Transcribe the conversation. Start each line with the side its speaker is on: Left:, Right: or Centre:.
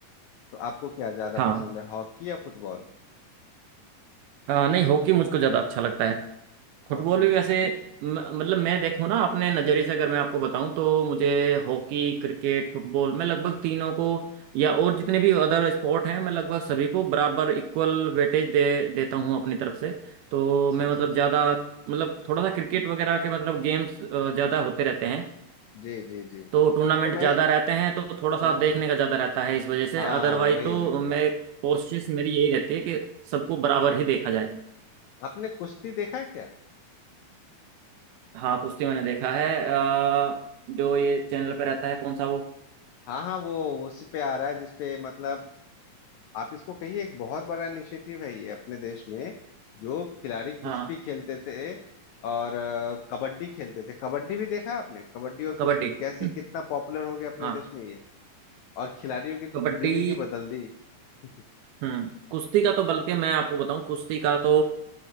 Left: तो आपको क्या ज्यादा
Right: हाँ
Left: पसंद है हॉकी या फुटबॉल
Right: अ, नहीं हॉकी मुझको ज़्यादा अच्छा लगता है फुटबॉल
Left: हॉकी
Right: भी वैसे म- मतलब मैं देखूं ना अपने नज़रिए से अगर मैं आपको बताऊं तो मुझे हॉकी क्रिकेट फुटबॉल मैं लगभग तीनों को या और जितने भी अदर स्पोर्ट हैं मैं लगभग सभी को बराबर इक्वल वेटेज दे देता हूं अपनी तरफ से तो
Left: अच्छा
Right: मैं
Left: अच्छा
Right: मतलब
Left: अच्छा
Right: ज़्यादा मतलब थोड़ा सा क्रिकेट वगैरह के मतलब गेम्स ज़्यादा होते रहते हैं
Left: जी जी जी
Right: तो टूर्नामेंट
Left: तो मैं
Right: ज़्यादा रहते हैं तो थोड़ा सा
Left: हाँ
Right: देखने
Left: हाँ
Right: का ज़्यादा रहता है इस वजह से
Left: हाँ
Right: अदरवाइज
Left: वही
Right: तो
Left: वही वही
Right: मैं कोशिश मेरी यही रहती है कि सबको बराबर ही देखा जाए
Left: आपने कुश्ती देखा है क्या
Right: हाँ कुश्ती मैंने देखा है अ, जो ये चैनल पे रहता है कौन सा वो
Left: हाँ हाँ वो उसी पे आ रहा है जिसपे मतलब आप इसको कहिए एक बहुत बड़ा इनिशिएटिव है ये अपने देश में जो खिलाड़ी कुश्ती
Right: हाँ
Left: खेलते थे और अ, कबड्डी खेलते थे कबड्डी भी देखा आपने कबड्डी और
Right: कबड्डी
Left: कुश्ती कैसे
Right: हम्म,
Left: कितना पॉपुलर हो गया अपने
Right: हाँ
Left: देश में ये और खिलाड़ियों की तो
Right: कबड्डी
Left: जिंदगी बदल दी <laughs>
Right: हम्म कुश्ती का तो बल्कि मैं आपको बताऊं कुश्ती का तो